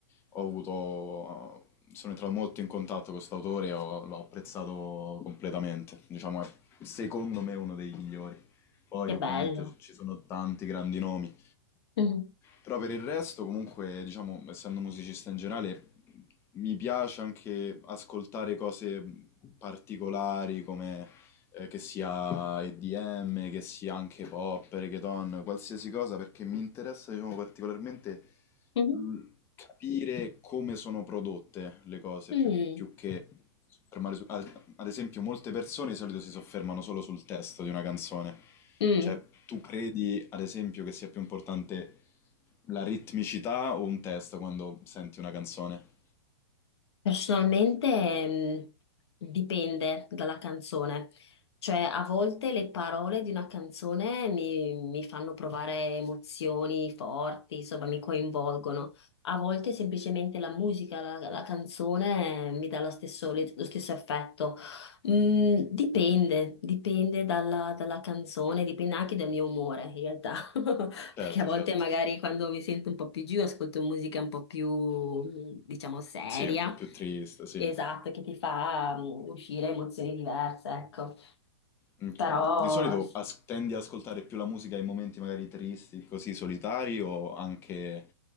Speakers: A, on the left; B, on the left.
A: ho avuto, sono entrato molto in contatto con quest'autore e ho- l'ho apprezzato completamente, diciamo, è secondo me uno dei migliori. Poi
B: che
A: ovviamente
B: bello.
A: ci sono tanti grandi nomi,
B: Mhm,
A: però per il resto, comunque, diciamo, essendo musicista in generale, mi piace anche ascoltare cose particolari come eh, che sia EDM, che sia anche pop, reggaeton, qualsiasi cosa, perché mi interessa, diciamo, particolarmente
B: mhm,
A: mh, capire come sono prodotte le cose,
B: mm,
A: più, più che fermare su... Ad ad esempio, molte persone di solito si soffermano solo sul testo di una canzone.
B: mm.
A: Cioè, tu credi, ad esempio, che sia più importante la ritmicità o un testo quando senti una canzone?
B: Personalmente, ehm, dipende dalla canzone, cioè a volte le parole di una canzone mi, mi fanno provare emozioni forti, insomma mi coinvolgono, a volte semplicemente la musica, la, la canzone eh, mi dà lo stesso, le- lo stesso effetto. Mm, dipende, dipende dalla, dalla canzone, dipende anche dal mio umore in realtà, <laughs>
A: Certo,
B: perché a volte
A: certo.
B: magari quando mi sento un po' più giù ascolto musica un po' più, diciamo, seria.
A: Sì, è un po' più triste, sì.
B: Esatto, che ti fa mm, uscire emozioni diverse, ecco.
A: Ok.
B: Però
A: Di solito
B: s-
A: as- tendi ad ascoltare più la musica in momenti magari tristi, così solitari, o anche,